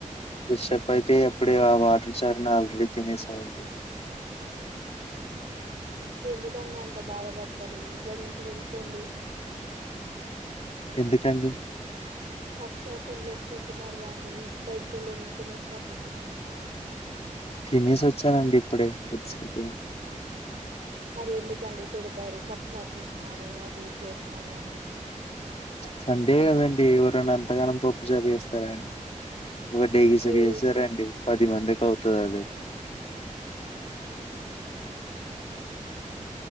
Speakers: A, on the left (about 50°); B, on the right (about 80°).
A: డిస్టర్బ్ అయిపోయి ఎప్పుడే ఆ వాటర్ చార్ని ఆల్రెడీ తినేసా ఉండి
B: ఎందుకండి అంత బాధపడతరు ఇంట్లో నుంచి వెళ్ళిపోండి
A: ఎందుకండి
B: పప్పు చార్ తినలేకపోతున్నారుగాండి బయటకి వెళ్లి ఏమన్న తినేసిరాపోండి
A: తినేసి వచ్చానండి ఇప్పుడే కొద్దిసేపు అయిన్
B: మరి ఎందుకండి తిడతారు పప్పుచార్ చేసినారు అది చేసినారు అని
A: సండే కదండి ఎవరన్న అంతగానం పప్పు చారు చేేస్తారా అండీ ఒక డే గీసకి
B: ఏ
A: చేస్తారండ పది మందికి అవుతది అది